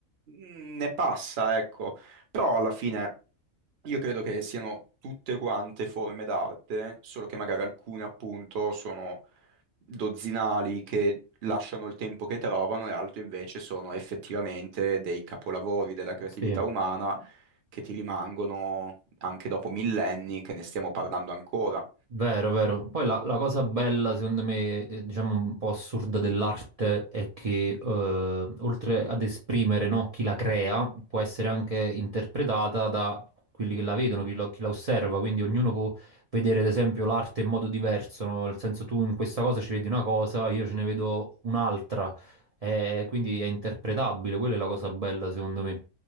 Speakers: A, on the right; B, on the right.
A: ne passa, ecco, però alla fine io credo che siano tutte quante forme d'arte, solo che magari alcune appunto sono dozzinali che lasciano il tempo che trovano e altri invece sono effettivamente dei capolavori della creatività
B: Sì.
A: umana che ti rimangono anche dopo millenni che ne stiamo parlando ancora.
B: Vero, vero. Poi la, la cosa bella, secondo me, eh, diciamo un po' assurda dell'arte è che eh, oltre ad esprimere, no, chi la crea, può essere anche interpretata da quelli che la vedono, chi, lo- chi la osserva. Quindi ognuno può vedere, ad esempio, l'arte in modo diverso, no? Nel senso tu in questa cosa ci vedi una cosa, io ce ne vedo un'altra. Eh, quindi è interpretabile, quella è la cosa bella, secondo me.